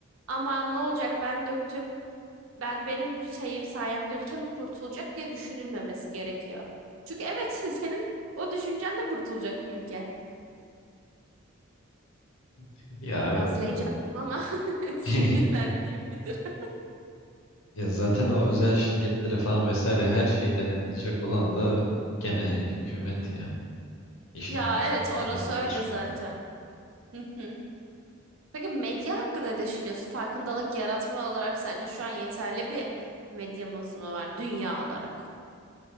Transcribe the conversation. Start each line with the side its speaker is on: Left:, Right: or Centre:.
Right: Ama ne olacak ben döktüm. ben benim şey sayemde ülke mi kurtulacak diye düşünülmemesi gerekiyor. Çünkü evet <laughs> senin o düşüncenle kurtulacak ülke.
Left: <laughs> Ya
Right: Biraz
Left: evet
Right: rage
Left: gibi.
Right: attım ama <laughs> sinirlendiğim
Left: <laughs>
Right: bir durum.
Left: Ya zaten o özel şirketleri falan vesaire her şeyi denetleyecek olan da gene hükümet yani. İşin
Right: Ya
Left: sonu
Right: evet orası
Left: gene oraya
Right: öyle
Left: çıkıyor.
Right: zaten. Hı hı. Peki medya hakkında ne düşünüyorsun? Farkındalık yaratma olarak sence şu an yeterli bir medyamız mı var dünya olarak?